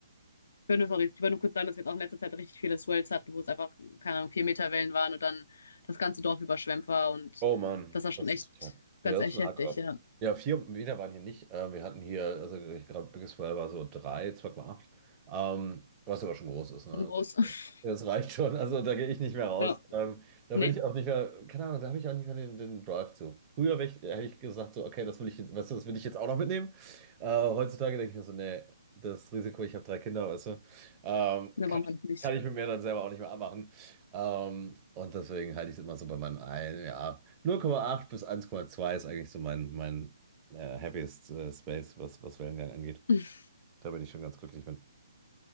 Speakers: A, on the left; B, on the right.
A: ich würde nur, sorry, ich würde nur kurz sagen, dass wir jetzt auch in letzter Zeit richtig viele Swells hatten, wo es einfach, keine Ahnung, vier Meter Wellen waren und dann das ganze Dorf überschwemmt war und
B: Oh Mann,
A: das war schon
B: das
A: echt,
B: ist total.
A: ganz
B: Ja, das
A: echt
B: ist schon
A: heftig,
B: hardcore.
A: ja.
B: Ja, vier Meter waren hier nicht. Äh, wir hatten hier, also ich glaube, Biggest Well war so drei, 2,8. Ähm, was aber schon groß ist, ne?
A: Und groß. <laughs>
B: Das reicht schon. Also da gehe ich nicht mehr raus.
A: Ja.
B: Ähm, da
A: Nee,
B: bin ich auch nicht mehr, keine Ahnung, da habe ich auch nicht mehr den, den Drive zu. Früher wär ich, hätte ich gesagt, so, okay, das will ich jetzt, weißt du, das will ich jetzt auch noch mitnehmen. Äh, heutzutage denke ich mir so, nee, das Risiko, ich habe drei Kinder, weißt du, ähm,
A: da
B: kann
A: brauchen
B: ich,
A: wir das nicht.
B: kann ich mit mir dann selber auch nicht mehr abmachen. Ähm, und deswegen halte ich es immer so bei meinen ein, ja. 0,8 bis 1,2 ist eigentlich so mein, mein äh, happiest äh, Space, was, was Wellengang angeht.
A: <laughs>
B: Da bin ich schon ganz glücklich mit.